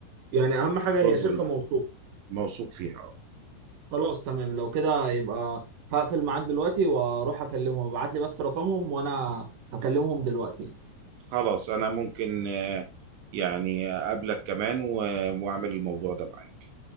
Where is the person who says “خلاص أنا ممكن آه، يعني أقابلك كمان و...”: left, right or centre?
Right